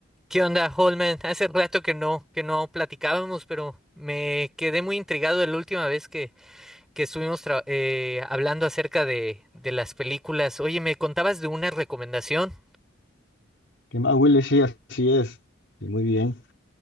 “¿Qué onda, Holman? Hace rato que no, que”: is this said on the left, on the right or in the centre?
Centre